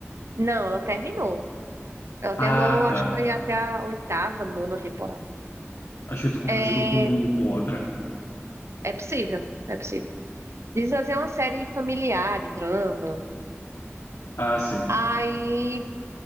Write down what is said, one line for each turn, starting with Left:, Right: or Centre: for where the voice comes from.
Right: Não, ela terminou. Ela terminou,
Left: Ah,
Right: acho
Left: tá.
Right: que foi até a oitava, nona temporada.
Left: Acho que eu tô confundindo
Right: É,
Left: com, com outra.
Right: é possível, é possível. Diz assim, é uma série familiar, de drama.
Left: Ah, sim.
Right: Aí,